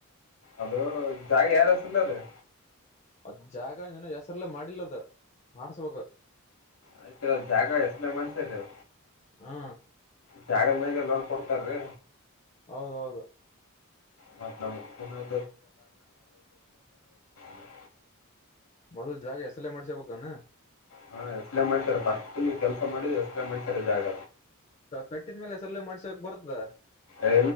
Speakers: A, on the left; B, on the left.
A: ಅದು ಜಾಗ ಯಾರಸಲ್ಲ ಅದ್ರೆ
B: ಅದ್ ಜಾಗ ನನ ಹೆಸ್ರಲ್ಲೇ ಮಾಡಿಲ್ಲದ ಮಾಡ್ಸ್ಬೇಕು
A: ಆಯ್ತ್ರಿ್ ಜಾಗ ಎಸಮೇ ಮಾಡ್ಸರಿೀ್
B: ಹಾ
A: ಜಾಗದ ಮೇಾಗ ಎಲ್ಲನ್ ಕೊಡ್ತಾರೀ
B: ಹೌದೌದು
A: ಮತ್ತತ್ ನಮ್ <unintelligible>
B: ಮೊದಲ್ ಜಾಗ ಹೆಸಲ್ಲೇ ಮಾಡ್ಸ ಬಾನ.
A: ಹಾ ಹೆಸ್ರಲ್ಲೇ ಮಾಡ್ಸರ ನೀವ ಕೆಲ್ಸ ಮಾಡಿದ್ರ ಹೆಸ್ರಲ್ಲೇ ಮಾಡ್ಸ್ಯಾರ ಜಾಗ.
B: ಕಟ್ಟಿದ ಮೇಲೆ ಹೆಸ್ರಲ್ ಮಾಡ್ಸಕ್ ಬರ್ತದ.
A: ಎ